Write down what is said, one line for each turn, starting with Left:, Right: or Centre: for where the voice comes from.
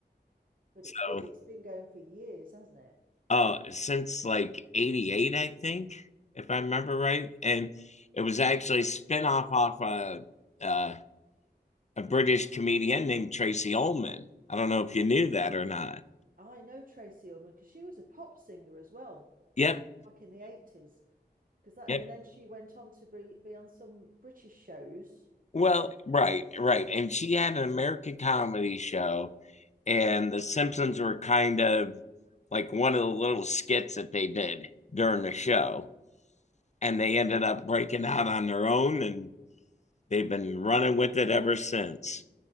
Right: but
Left: So,
Right: it's been, it's been going for years, hasn't it?
Left: uh, since like 88, I think, if I remember right. And it was actually a spin-off off a, uh, a British comedian named Tracy Ullman. I don't know if you knew that or not.
Right: I know Tracy Ullman because she was a pop singer as well
Left: Yep.
Right: back in the 80s. Because that,
Left: Yep.
Right: and then she went on to be, be on some British shows.
Left: Well, right, right. And she had an American comedy show, and The Simpsons were kind of like one of the little skits that they did during the show. And they ended up breaking out on their own and They've been running with it ever since.